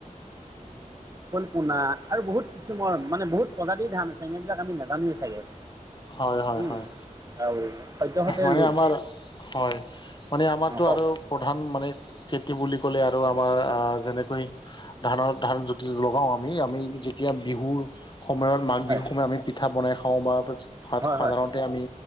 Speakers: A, on the right (about 25°); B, on the left (about 35°).
A: উ ফল পোনা আৰু বহুত কিছুমৰ মানে বহুত প্ৰজাক্ট ধান আছে সেই এইবিলাক আমি নাজানোৱে চাগে।
B: হয়, হয়,
A: উম,
B: হয়।
A: আৰু সদ্যহতে
B: হয়
A: ৰ'দ
B: আমাৰ হয় মানে আমাৰতো
A: অঁ কওক
B: আৰু প্ৰধান মানে খেতি বুলি ক'লে আৰু আমাৰ যেনেকৈ ধানৰ ধান যদি লগাওঁ আমি আমি যেতিয়া বিহুৰ সময়ত মাঘ
A: হয়
B: বিহু সময়ত আমি পিঠা বনাই খাওঁ বাত
A: হয়
B: সাধাৰণ
A: হয়
B: আমি